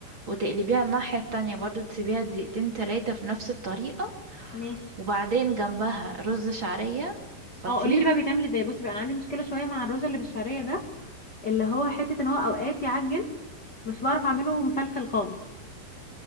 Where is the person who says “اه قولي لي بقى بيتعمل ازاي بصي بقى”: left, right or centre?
Left